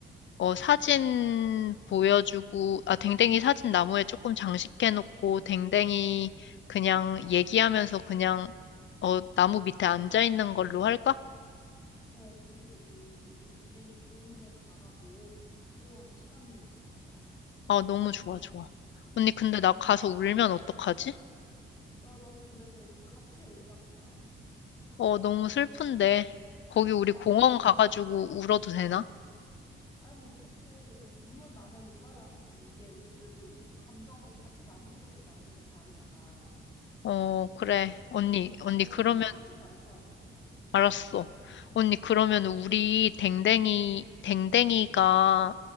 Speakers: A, on the left; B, on the left.
A: 어, 사진 보여주고, 아, 댕댕이 사진 나무에 조금 장식해놓고, 댕댕이 그냥 얘기하면서 그냥, 어, 나무 밑에 앉아있는 걸로 할까?
B: 어, 그리고 우리, 우리 댕댕이 좋은데 가라고 좀 기도하는 시간을 좀 갖자.
A: 아, 너무 좋아, 좋아. 언니, 근데
B: 음.
A: 나 가서 울면 어떡하지?
B: 야, 나도 그래서 우리 같이 울자, 그냥.
A: 어, 너무 슬픈데. 거기 우리
B: 나
A: 공원
B: 그래도
A: 가가지고 울어도 되나?
B: 아니, 뭐, 어떡해. 우- 눈물 나면 울어야지. 이게 우리 슬픈 감정을 같이 나누려고 만드는 자리잖아.
A: 어, 그래. 언니,
B: 음
A: 언니,
B: 그래서
A: 그러면,
B: 그냥 참지 말자, 우리. 어.
A: 알았어. 언니, 그러면 우리 댕댕이, 댕댕이가